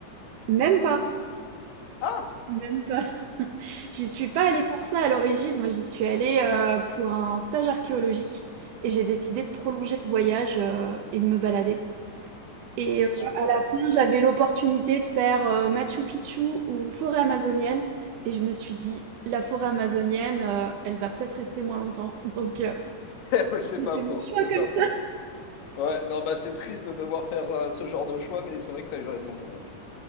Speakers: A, on the right; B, on the left.
A: Même pas.
B: Ah!
A: Même pas. <laughs> J'y suis pas allée
B: C'est
A: pour ça à l'origine. Moi, j'y suis allée euh, pour un stage archéologique et j'ai décidé de prolonger le voyage euh, et de me balader. Et
B: oh, c'est
A: euh,
B: super!
A: à la fin,
B: <laughs>
A: j'avais l'opportunité de faire euh, Machu Picchu ou forêt amazonienne et je me suis dit, la forêt amazonienne, euh, elle va peut-être rester moins longtemps. <laughs> Donc, euh,
B: C'est c'est
A: j'ai
B: pas
A: fait
B: faux,
A: mon choix
B: c'est
A: comme
B: pas
A: ça.
B: faux. Ouais, non, bah c'est triste de devoir faire euh, ce genre de choix, mais c'est vrai que t'as eu raison. euh.